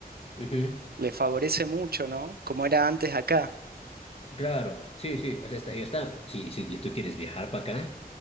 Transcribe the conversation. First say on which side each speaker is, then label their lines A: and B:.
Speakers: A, on the left; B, on the right.
A: ujú.
B: les favorece mucho, ¿no? Como era antes acá.
A: Claro, sí, sí, o sea, está, y está. Si, si tú quieres viajar para acá,